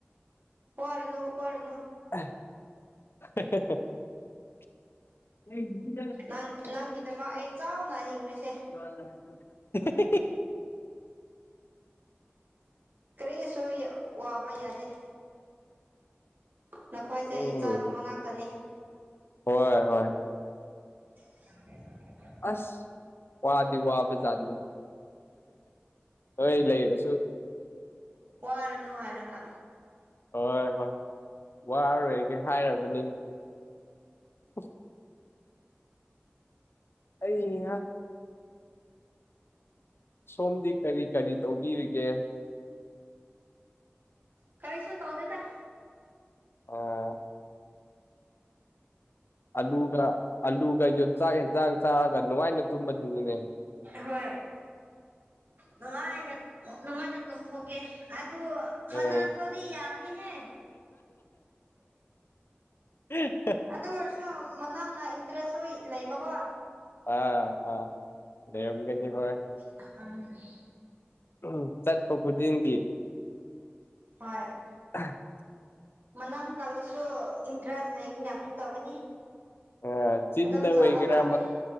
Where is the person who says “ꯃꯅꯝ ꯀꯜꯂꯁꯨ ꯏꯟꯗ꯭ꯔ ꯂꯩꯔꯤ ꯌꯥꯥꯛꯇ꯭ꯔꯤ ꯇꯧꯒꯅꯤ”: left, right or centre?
Right